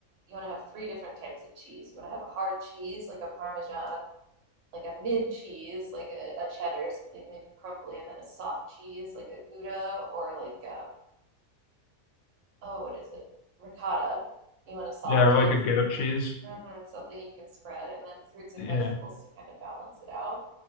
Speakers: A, on the right; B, on the left.
A: you want to have three different types of cheese. You want to have a hard cheese, like a Parmesan, like a mid cheese, like a, a cheddar, something maybe crumbly, and then a soft cheese, like a Gouda or like, um, oh, what is it? Ricotta. You want a soft,
B: Yeah, or like
A: like,
B: a goat cheese.
A: mhm, something you can spread, and then fruits and
B: Yeah.
A: vegetables to kind of balance it out.